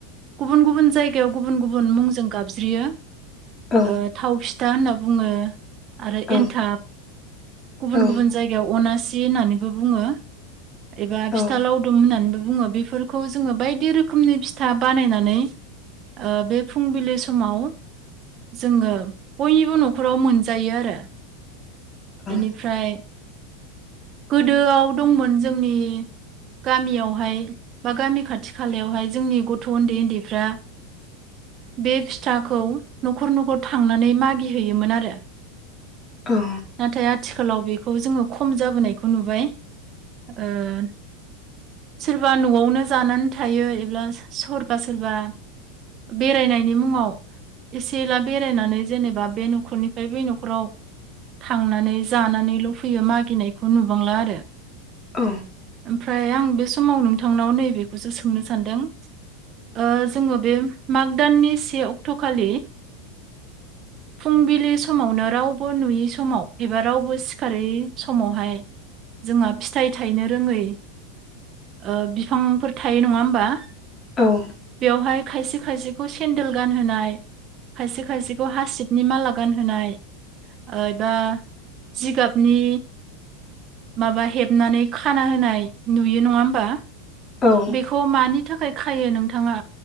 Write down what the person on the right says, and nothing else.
गुबुन गुबुन जायगायाव गुबुन गुबुन मुंजों गाबज्रियो
ओ थाव फि दा होनना बुङो आरो
एन्थाब गुबुन
गुबुन जायगायाव अनासि दि होननानैबो बुङो एबा फिथा
लावदुम हुननानैबो बुङो बेफोरखौ जोङो बायदि रोखोमनि फिथा बानायनानै ओ बे फुंबिलि समाव जोङो बयनिबो नखराव मोनजायो आरो
एनिफ्राय गोदोआव दंमोन जोंनि गामियावहाय बा गामि खाथि खालायावहाय जोंनि गथ' उन्दै उन्दैफ्रा बे फिथाखौ नखर नखर थांनानै मागिहैयोमोन आरो
नाथाय आथि खालाव बेखौ जोङो खम जाबोनायखौ नुबाय ओन सोरबा न'आवनो जानानै थायो एब्ला स-सरबा सोरबा बेरायनायनि मुङाव एसे एला बेरायनानै जेनेबा बे नख'रनिफ्राय बै नख'राव थांनानै जानानैल' फैयो मागिनायखौ नुबांला आरो
ओमफ्राय आं बे समाव नोंथांनाव नैबेखौसो सोंनो सानदों ओ जोङो बे माग दाननि से अक्ट' खालि फुंबिलि समावनो रावबो नुयै समाव एबा रावबो सिखारै समावहाय जोहा फिथाइ थायनो रोङै ओ बिफांफोर थायो नङा होमबा
बेवहाय खायसे खायसेखौ सेन्देल गानहोनाय खायसे खायसेखौ हासिब नि माला गानहोनाय एबा जिगाबनि माबा हेबनानै खाना होनाय नुयो नङा होमबा
बिखौ मा मानि थाखाय खायो नोंथाङा